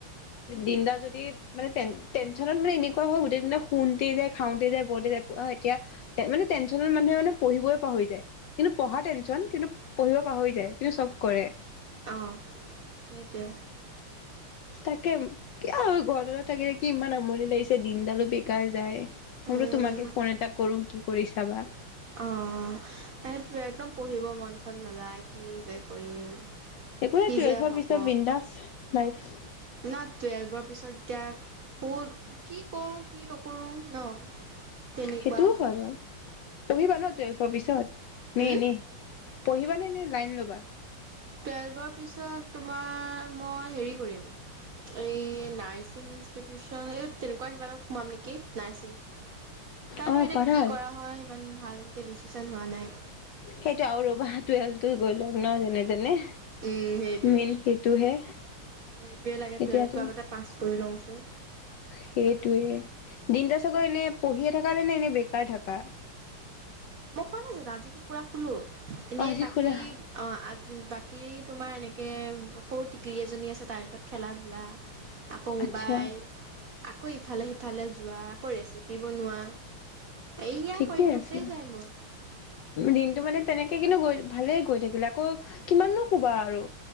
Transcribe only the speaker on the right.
অহ, সেইটোৱে।
উম,
অ, এটুৱে একদম পঢ়িব মন চন নাযায় কি যে কৰিম
কি
যে হ'ব
না টুৱেলভৰ পিছত এতিয়া ক'ত কি কৰো কি নকৰোঁ ন? তেনেকুৱা
উম,
টুৱেলভৰ পিছত তোমাৰ মই হেৰি কৰিম, এ নাৰ্চিং ইষ্টেপিচন তেনেকুৱা কিবা এটা সুমাম নেকি নাৰ্চিং। জানো
এতিয়া
কি কৰা হয় সিমান ভালকে ভালকে ডিচিশন হোৱা নাই।
উ সেইটোৱে
এইটোৱে
লাগে
টুৱেলভটো আগতে পাচ কৰি লওঁ। উ
মই কোৱা নাই জানো আজিতো পুৰা শুলো। এনেই
বাকী
অ বাকী তোমাৰ এনেকে সৰু টিকলি এজনী আছে তাইৰ লগত খেলা ধূলা আকৌ মোবাইল
আকৌ ইফালে, সিফালে সিফালে যোৱা, আকৌ ৰেচিপি বনোৱা এইয়া,
কৰি থাকোতেই
যায় মোৰ।